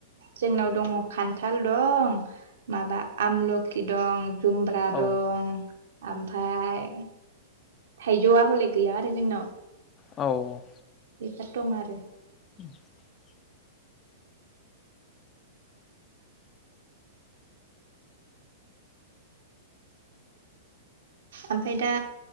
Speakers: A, on the right; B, on the left.
A: जोंनाव दङ खान्थाल दं माबा आमलखि दं जुमब्रा
B: औ
A: दं ओमफ्राय थाइजौआ हले गैया आरो जोंनाव
B: औ
A: बेफोर दं आरो
B: <inaudible>
A: ओमफाय दा